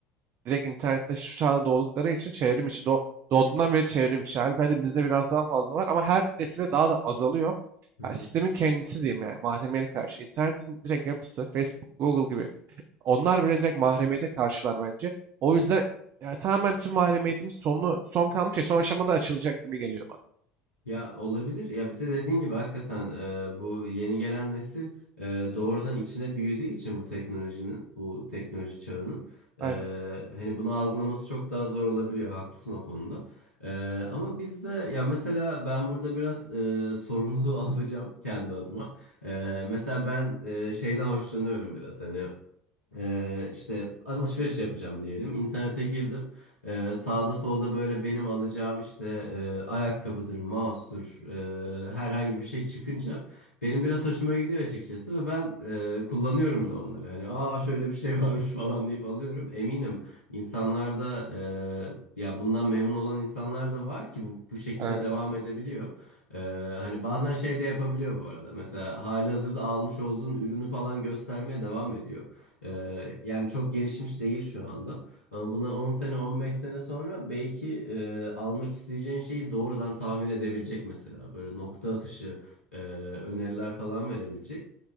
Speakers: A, on the right (about 40°); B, on the left (about 90°).
A: direkt internette şu çağda doğdukları için çevrim içi doğ- doğduğundan beri çevrim içi abi. Bence bizde biraz daha fazla var ama her nesile daha da azalıyor.
B: Hı
A: Yani
B: hı.
A: sistemin kendisi diyeyim yani mahremiyete karşı. İnternetin direkt yapısı Facebook, Google gibi onlar bile direkt mahremiyete karşılar bence. O yüzden yani tamamen tüm mahremiyetimiz sonu, son kalmış şey son aşamada açılacak gibi geliyor bana.
B: Ya olabilir. Ya bir de dediğin gibi hakikaten e, bu yeni gelen nesil e, doğrudan içine büyüdüğü için bu teknolojinin, bu teknoloji çağının
A: Aynen.
B: e, hani bunu algılaması çok daha zor olabiliyor. Haklısın o konuda. E, ama biz de ya mesela ben burada biraz e, sorumluluğu <laughs> alacağım kendi adıma. E, mesela ben e, şeyden hoşlanıyorum biraz hani. Ee, işte alışveriş yapacağım diyelim. İnternete girdim. Ee, sağda solda böyle benim alacağım işte e, ayakkabıdır, mouse'dur, e, herhangi bir şey çıkınca benim biraz hoşuma gidiyor açıkçası ve ben e, kullanıyorum da onları. Hani aa şöyle bir şey <laughs> varmış falan deyip alıyorum. Eminim insanlarda e, ya bundan memnun olan insanlar da var ki bu, bu şekilde
A: Evet.
B: devam edebiliyor. Ee, hani bazen şey de yapabiliyor bu arada. Mesela hali hazırda almış olduğun ürünü falan göstermeye devam ediyor. Ee, yani çok gelişmiş değil şu anda. Ama buna 10 sene 15 sene sonra belki e, almak isteyeceğin şeyi doğrudan tahmin edebilecek mesela. Böyle nokta atışı e, öneriler falan verebilecek.